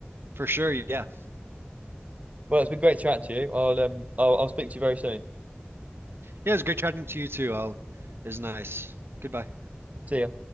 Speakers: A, on the right (about 70°); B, on the right (about 35°).
A: for sure. Yeah.
B: Well, it's been great chatting to you. I'll um I'll I'll speak to you very soon.
A: Yeah, it's great chatting to you too. I'll, it was nice. Goodbye.
B: See ya.